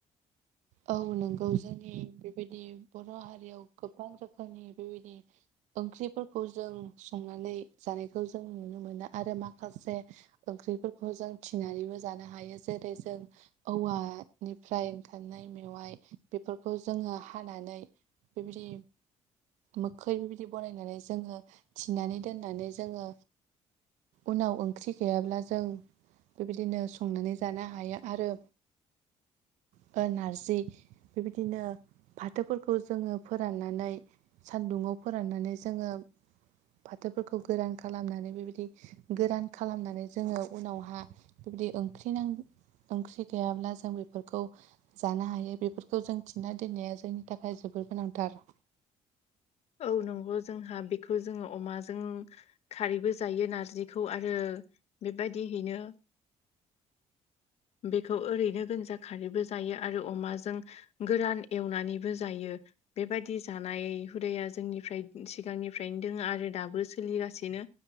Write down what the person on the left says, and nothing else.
औ नंगौ जोंहा बेखौ जोङो अमाजों खारैबो जायो नारजिखौ आरो बेबायदिहैनो बेखौ ओरैनो गोनजा खारैबो जायो आरो अमाजों गोरान एवनानैबो जायो। बेबायदि जानाय हुदाया जोंनिफ्राय सिगांनिफ्रायनो दोंङो आरो दाबो सोलिगासि नो